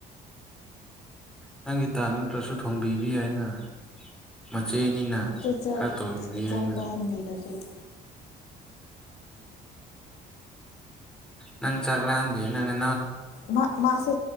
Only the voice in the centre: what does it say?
ꯅꯪꯒꯤ ꯇꯥ ꯅꯠꯇ꯭ꯔꯁꯨ ꯊꯣꯡꯕꯤꯕꯤ ꯍꯥꯏꯅ ꯆꯆꯦꯅꯤꯅ
ꯈꯔ ꯇꯧꯔꯤꯒ
ꯍꯥꯏꯅ
ꯅꯪ ꯆꯒꯂꯗꯦ ꯅ ꯅ